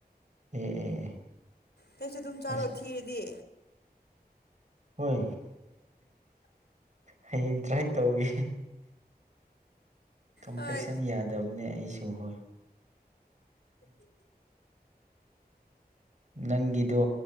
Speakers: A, on the right; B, on the left.
A: ꯑꯦ ꯑꯦ ꯑꯦ
B: ꯍꯩ ꯁꯨ ꯑꯗꯨꯝ ꯆꯥꯔꯣ
A: ꯑꯁ
B: ꯊꯤꯔꯗꯤ
A: ꯍꯣꯏ ꯍꯌꯦꯡ ꯇ꯭ꯔꯥꯏ ꯇꯧꯒꯦ ꯀꯝꯄ꯭ꯂꯦꯛꯁꯟ
B: ꯍꯣꯏ
A: ꯌꯥꯗꯕꯅꯦ ꯑꯩꯁꯨ ꯍꯣꯏ ꯅꯪꯒꯤꯗꯣ